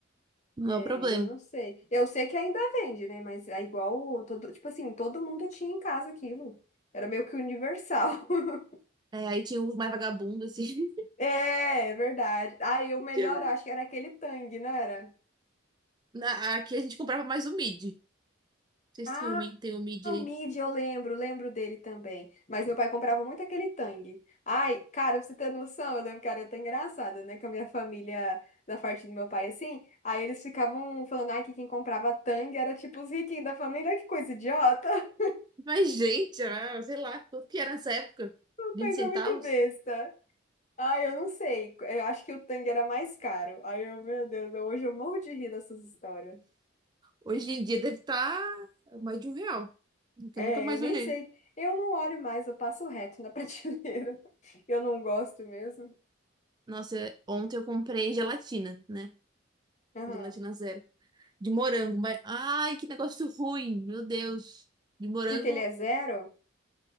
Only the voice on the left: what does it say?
É,
eu não sei. Eu sei que ainda vende, né? Mas é igual, o- todo, tipo assim, todo mundo tinha em casa aquilo. Era meio que universal. <laughs>
É, é verdade. Aí o melhor,
eu acho que era aquele Tang, não era?
Ah,
o Mid, eu lembro, lembro dele também. Mas meu pai comprava muito aquele Tang. Ai, cara, pra você ter noção, eu lembro que era até engraçado, né? Com a minha família, da parte do meu pai, assim. Aí eles ficavam falando, ai, que quem comprava Tang era tipo os riquinhos da família. Ai, que coisa idiota. <laughs>
Uma
coisa
muito besta. Ai, eu não sei. Eu acho que o Tang era mais caro. Ai, eu, meu Deus, eu- hoje eu morro de rir dessas histórias.
É,
eu nem
sei. Eu não olho mais, eu passo reto na <laughs> prateleira. Eu não gosto mesmo.
Aham.
Porque ele é zero?